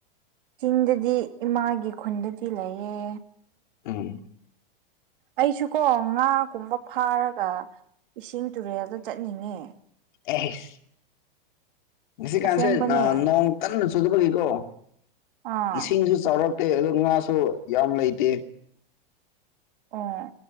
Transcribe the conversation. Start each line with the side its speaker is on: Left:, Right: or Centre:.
Right: ꯆꯤꯡꯗꯗꯤ ꯏꯃꯥꯒꯤ ꯈꯨꯟꯗꯗꯤ ꯂꯩꯌꯦ
Left: ꯎꯝ
Right: ꯑꯩꯁꯨꯀꯣ ꯉꯥꯒꯨꯝꯕ ꯐꯥꯔꯒ ꯏꯁꯤꯡ ꯇꯨꯔꯦꯜꯗ ꯆꯠꯅꯤꯡꯉꯦ
Left: ꯑꯦꯍꯁ ꯉꯁꯤ ꯀꯥꯟꯁꯦ
Right: ꯑꯁꯦꯡꯕꯅꯦ
Left: ꯅꯣꯡ ꯀꯟꯅ ꯆꯨꯗꯕꯒꯤꯀꯣ
Right: ꯑꯥ
Left: ꯏꯁꯤꯡꯁꯨ ꯆꯥꯎꯔ ꯇꯦ ꯑꯗꯨ ꯉꯥꯁꯨ ꯌꯥꯝ ꯂꯩꯇꯦ
Right: ꯑꯣ